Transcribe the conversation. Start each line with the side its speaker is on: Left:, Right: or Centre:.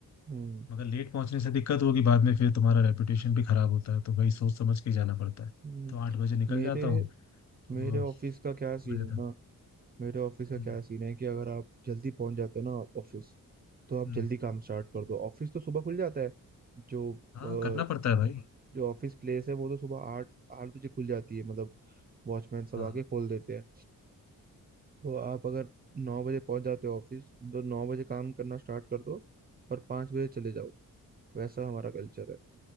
Right: हम्म
Left: मगर लेट पहुंचने से दिक्कत होगी बाद में फिर तुम्हारा रेपुटेशन भी खराब होता है तो भाई सोच समझ के जाना पड़ता है
Right: हम्म।
Left: तो आठ बजे निकल
Right: मेरे
Left: जाता हूँ तो
Right: मेरे ऑफिस
Left: बच
Right: का क्या सीन
Left: में जाता
Right: है ना
Left: है
Right: मेरे ऑफिस का
Left: हम्म,
Right: क्या सीन है कि अगर आप जल्दी पहुंच जाते हो ना ऑफिस तो आप
Left: हम्म,
Right: जल्दी काम स्टार्ट कर दो ऑफिस तो सुबह खुल जाता है जो अ,
Left: हाँ करना पड़ता है भाई
Right: जो ऑफिस प्लेस है वो तो सुबह आठ आठ बजे खुल जाती है मतलब वॉचमैन सब
Left: हाँ
Right: आके
Left: हाँ,
Right: खोल देते हैं तो आप अगर नौ बजे पहुंच जाते हो ऑफिस तो नौ बजे काम करना स्टार्ट कर दो और पाँच बजे चले जाओ वैसा हमारा कल्चर है